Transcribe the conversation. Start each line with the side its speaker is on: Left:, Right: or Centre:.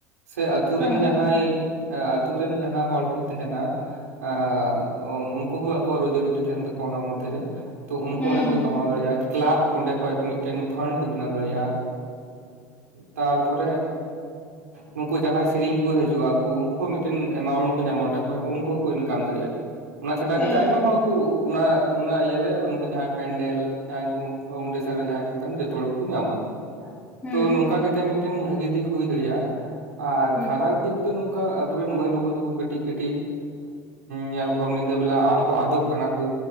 Right: ᱥᱮ ᱟᱛᱩ ᱨᱮᱱ
Left: ᱦᱩᱸ
Right: ᱡᱟᱦᱟᱸᱭ
Left: ᱦᱩᱸ
Right: ᱮ ᱟᱛᱳ ᱨᱮᱱ ᱡᱟᱦᱟᱸᱭ ᱦᱚᱲ ᱠᱚ ᱛᱟᱸᱦᱮᱱᱟ᱾ ᱮ ᱩᱱᱠᱩ ᱦᱚᱸ ᱟᱠᱚᱣᱟᱜ ᱨᱩᱡᱤ ᱨᱩᱴᱤ ᱛᱟᱦᱮᱱ ᱛᱟᱠᱚᱣᱟ ᱚᱱᱟ ᱢᱚᱫᱽᱨᱮ ᱛᱚ ᱩᱱᱠᱩ
Left: ᱦᱮᱸ
Right: ᱚᱸᱰᱮ ᱦᱚᱸᱠᱚ ᱠᱟᱢᱟᱣ ᱫᱟᱲᱮᱭᱟᱜᱼᱟ᱾ ᱠᱮᱞᱟᱯ ᱚᱸᱰᱮ ᱠᱷᱚᱱ ᱢᱤᱫᱴᱮᱱ ᱯᱷᱟᱱᱰ ᱠᱚ ᱵᱮᱱᱟᱣ ᱫᱟᱲᱮᱭᱟᱜᱼᱟ, ᱛᱟᱨᱯᱚᱨᱮ ᱱᱩᱠᱩ ᱡᱟᱦᱟᱸᱭ ᱥᱮᱨᱮᱧ ᱠᱚ ᱦᱤᱡᱩᱜ-ᱟ ᱟᱠᱚ ᱩᱱᱠᱩ ᱦᱚᱸ ᱢᱤᱫᱴᱮᱱ ᱮᱢᱟᱣᱩᱱᱰ ᱠᱚ ᱧᱟᱢᱟ, ᱚᱸᱰᱮ ᱠᱷᱚᱱ ᱩᱱᱠᱩ ᱦᱚᱸᱠᱚ ᱤᱱᱠᱟᱢ ᱫᱟᱲᱮᱭᱟᱜᱼᱟ᱾ ᱚᱱᱟ ᱪᱷᱟᱰᱟ
Left: ᱦᱮᱸ
Right: ᱠᱟᱛᱮ ᱟᱭᱢᱟ ᱦᱚᱲ ᱠᱚ‌ ᱚᱱᱟ ᱤᱭᱟᱹᱨᱮ ᱩᱱᱠᱩ ᱡᱟᱦᱟᱸᱭ ᱯᱮᱱᱰᱮᱞ ᱡᱟᱦᱟᱸᱭ ᱠᱚ ᱯᱷᱟᱣᱩᱱᱰᱮᱥᱚᱱ ᱨᱮ ᱡᱟᱦᱟᱸᱭ ᱠᱚ ᱛᱟᱦᱮᱱ ᱡᱚᱛᱚ ᱦᱚᱲ ᱧᱟᱢᱟ,
Left: ᱦᱮᱸ
Right: ᱛᱚ ᱱᱚᱝᱠᱟ ᱠᱟᱛᱮ ᱢᱤᱫᱴᱮᱱ ᱵᱷᱟᱹᱜᱤ ᱫᱤᱠ ᱦᱩᱭ ᱫᱟᱲᱮᱭᱟᱜᱼᱟ᱾ ᱟᱨ
Left: ᱦᱮᱸ
Right: ᱠᱷᱟᱨᱟᱯ ᱫᱤᱠ ᱚ ᱱᱚᱝᱠᱟ ᱟᱵᱚᱨᱮᱱ ᱢᱟᱹᱭ ᱵᱟᱹᱵᱩ ᱛᱟᱠᱚ ᱠᱟᱹᱴᱤᱡ ᱠᱟᱹᱴᱤᱡ ᱧᱮᱞ ᱠᱚᱢ ᱧᱤᱫᱟᱹ ᱵᱮᱞᱟ ᱟᱨᱚᱠᱚ ᱟᱫᱚᱜ ᱠᱟᱱᱟ ᱠᱚ᱾